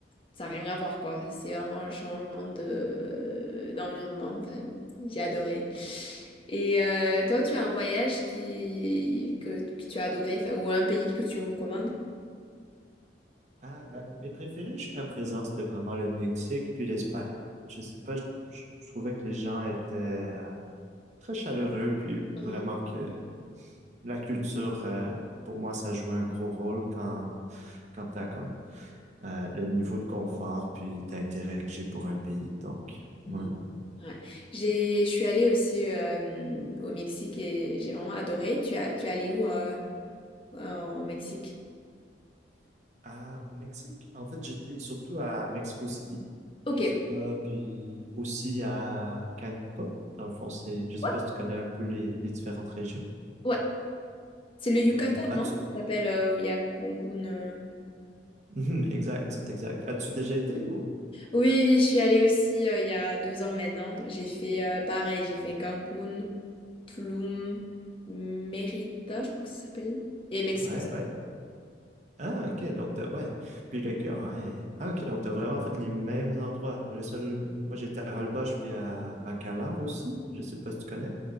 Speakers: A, on the left; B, on the right.
A: ça n'a rien à voir quoi. C'est vraiment un changement de d'environnement. Enfin, j'ai adoré. Et euh, toi, tu as un voyage qui que, que tu as adoré, enfin, ou un pays que tu recommandes?
B: Ah, ben, mes préférés jusqu'à présent, c'était vraiment le Mexique puis l'Espagne. Je sais pas, je, je- je trouvais que les gens étaient euh, très chaleureux, puis
A: Ok.
B: vraiment que la culture, euh, pour moi, ça joue un gros rôle quand, quand tu as comme euh, le niveau de confort puis d'intérêt que j'ai pour un pays. Donc,
A: Mhm.
B: ouais.
A: Ouais. J'ai, je suis allée aussi euh, au Mexique et j'ai vraiment adoré. Tu as, tu es allée où euh, en Mexique?
B: Ah, au Mexique, en fait, j'étais surtout à Mexico City,
A: Ok.
B: je sais pas, puis aussi à Cancun. Dans le fond, c'est, je sais
A: Ouais.
B: pas si tu connais un peu les, les différentes régions.
A: Ouais. C'est le Yucatan,
B: Ouais. As-tu...
A: non?
B: <laughs>
A: Ça s'appelle euh, où il y a Cancun. euh.
B: Mhm, exact, c'est exact. As-tu déjà été ou?
A: Oui, oui, je suis allée aussi euh, il y a deux ans maintenant. J'ai fait euh, pareil, j'ai fait Cancun, Tulum, Mérida, je crois que ça s'appelle, et Mexico
B: Ouais,
A: City.
B: ouais. Ah, ok, donc t'as, ouais. Puis le cœur, hein, Ah, ok, donc t'as vraiment fait les mêmes endroits. Le seul, moi j'étais à Holbox puis à Bacalar aussi. Je sais pas si tu connais.